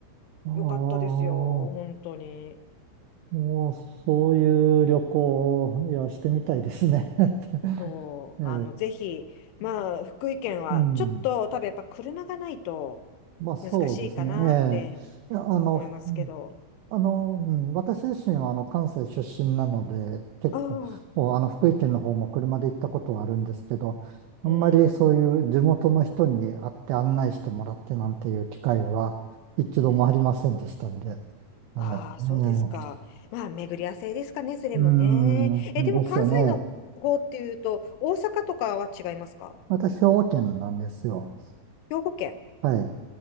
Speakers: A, on the right; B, on the left.
A: ああ。
B: よかったですよ、本当に。
A: もう、そういう旅行を、いや、してみたいですね。<laughs>
B: そう、
A: ええ、
B: あの、ぜひ、まあ、福井県は、
A: うん。
B: ちょっと、多分やっぱ車がないと、
A: まあ、そうですね。
B: 難しいかなって
A: ええ。いやあの、
B: 思いますけど。
A: ふあの、うん、私自身は、あの、関西出身なので、結構、
B: ああ、
A: もうあの、福井県の方も車で行ったことはあるんですけど、あんまりそういう地元の人に会って案内してもらってなんていう機会は一度もありませんでしたんで。
B: うん、うん。
A: ええ、
B: ああ、
A: ええ、
B: そうですか。まあ、巡り合わせですかね、それもね。
A: うん、
B: え、でも関西の方っていうと、
A: ですよね。
B: 大阪とかは違いますか
A: 私、兵庫県なんですよ。
B: 兵庫県。
A: はい。